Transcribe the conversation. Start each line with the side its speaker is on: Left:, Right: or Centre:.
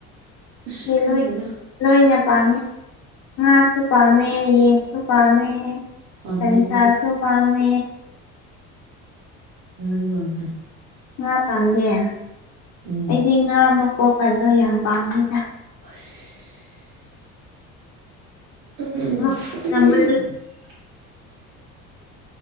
Right: ꯑꯁ ꯈꯪꯗꯦꯗ
Left: ꯂꯣꯏ ꯂꯣꯏꯅꯦ ꯄꯥꯝꯦ ꯉꯁꯨ ꯄꯥꯝꯃꯦ ꯌꯦꯁꯨ ꯄꯥꯝꯦ
Right: ꯄꯥꯝꯗꯦ
Left: ꯁꯥꯜꯁꯥꯁꯨ
Right: ꯑꯗꯨꯗꯤ
Left: ꯄꯥꯃꯦ
Right: ꯉꯗꯤ ꯋꯥꯗꯦ
Left: ꯉꯥ ꯄꯥꯝꯗꯦ ꯑꯩꯗꯤ
Right: ꯎꯝ
Left: ꯉꯥ ꯑꯃ ꯄꯣꯛꯄꯗꯣ ꯌꯥꯝ ꯄꯥꯝꯃꯤꯅ
Right: ꯑꯁ <unintelligible>
Left: ꯃꯀꯣꯛꯅ ꯃꯔꯨ